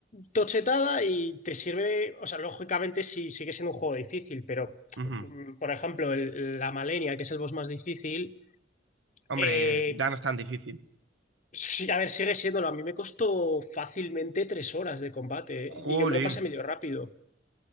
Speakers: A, on the left; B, on the right.
A: tochetada y te sirve, o sea, lógicamente sí sigue siendo un juego difícil, pero
B: Ujú.
A: mm, por ejemplo, el- la Malenia, que es el boss más difícil,
B: Hombre,
A: eh,
B: ya no es tan difícil.
A: sí, a ver, sigue siéndolo. A mí me costó fácilmente tres horas de combate, ¿eh?
B: Jolín,
A: y yo me lo pasé medio rápido.